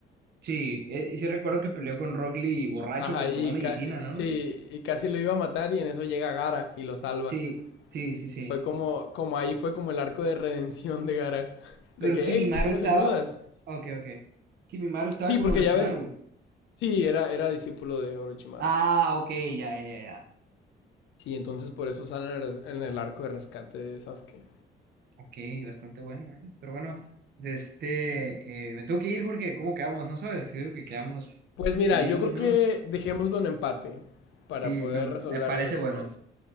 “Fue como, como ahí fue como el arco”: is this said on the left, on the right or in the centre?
Left